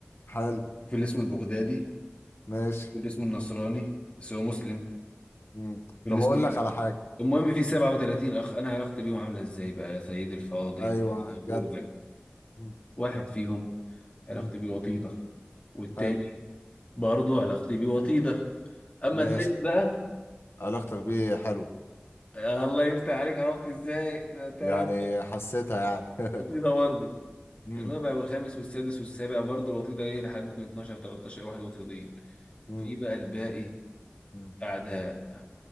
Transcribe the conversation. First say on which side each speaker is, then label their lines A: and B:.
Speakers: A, on the left (about 85°); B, on the left (about 35°).
A: حلو
B: في اللي اسمه البغدادي
A: ماشي
B: في اللي اسمه النصراني بس هو مسلم
A: مم.
B: في اللي
A: طب
B: اسمه
A: هقول لك على حاجة
B: المهم في 37 اخ انا علاقتي بيهم عامله ازاي بقى يا سيدي الفاضل
A: ايوه
B: اقول
A: جد
B: لك
A: مم.
B: واحد فيهم علاقتي
A: مم.
B: بيه وطيده والتاني
A: حلو
B: برضه علاقتي بيه وطيده اما
A: ماشي
B: التالت بقى
A: علاقتك بيه حلوة
B: آه، الله يفتح عليك عرفت ازاي ده تمام
A: يعني حسيتها يعني <laughs>
B: وطيده برضه
A: مم.
B: الرابع والخامس والسادس والسابع برضه الوطيده ايه لحد ممكن 12 13 واحد وطيدين
A: مم.
B: في بقى الباقي
A: مم.
B: اعداء